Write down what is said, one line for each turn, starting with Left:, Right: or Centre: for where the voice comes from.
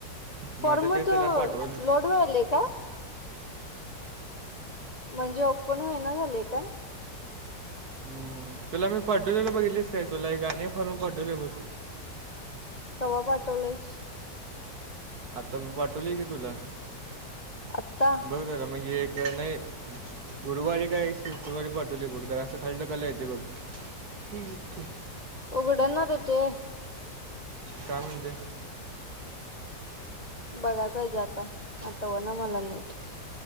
Right: मग
Left: फॉर्म
Right: आता ते
Left: त
Right: त्याला पाठवलं
Left: लोडवायले का म्हणजे ओपन वयना झाले का
Right: हम्म, तुला मी पडवले बघितलीस काय तुला एक अनेक फरून पडवले बघ
Left: कवा पाटोलास
Right: आता पाठवलीय की तुला
Left: आत्ता
Right: बघ जरा मणे एक नाही गुरुवारी काय शुक्रवारी पाठवली बघ राचं खाल्लं कलं येत बघ एक
Left: उघडणार य ते
Right: काय म्हते
Left: बघायला पाहिजे आता आठव ना मला नीट